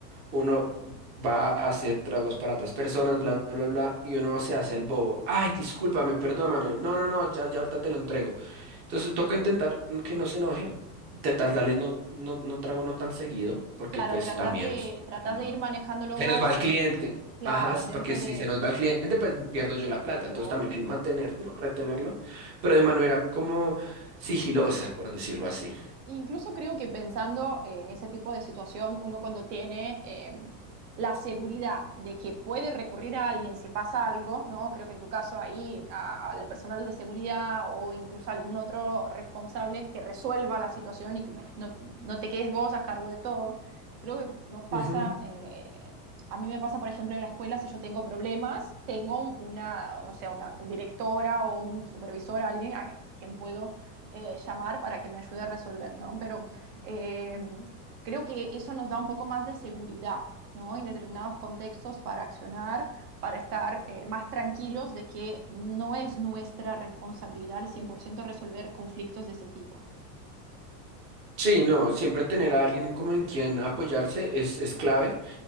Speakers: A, on the right; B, on the right.
A: uno va a hacer tragos para otras personas, bla, bla, bla, bla, y uno se hace el bobo. Ay, discúlpame, perdóname, no, no, no, ya, ya ahorita te lo entrego. Entonces toca intentar que no se enojen, intentar darles no, no, no trago no tan seguido, porque
B: claro,
A: pues
B: tratas
A: también
B: de, tratas
A: si no,
B: de ir manejándolos
A: se
B: vos,
A: nos va el cliente.
B: claro,
A: Ajá, sí,
B: dentro
A: porque si
B: de...
A: se nos va el cliente, pues pierdo yo la plata.
B: Sí,
A: Entonces
B: obvio.
A: también mantener, ¿no? retenerlo, pero de manera como sigilosa, por decirlo así.
B: Incluso creo que pensando en ese tipo de situación, uno cuando tiene eh, la seguridad de que puede recurrir a alguien si pasa algo, ¿no? Creo que en tu caso ahí a- al personal de seguridad o incluso algún otro responsable que resuelva la situación y que no, no- no te quedes vos a cargo de todo. Creo que nos pasa,
A: Ujú.
B: eh, a mí me pasa, por ejemplo, en la escuela, si yo tengo problemas, tengo una, no sé, una directora o un supervisor, alguien a quien puedo eh, llamar para que me ayude a resolver, ¿no? Pero eh, creo que eso nos da un poco más de seguridad, ¿no? En determinados contextos para accionar, para estar eh, más tranquilos de que no es nuestra responsabilidad al 100% resolver conflictos de ese tipo.
A: Sí, no, siempre tener a alguien como en quien apoyarse es, es
B: Exacto.
A: clave.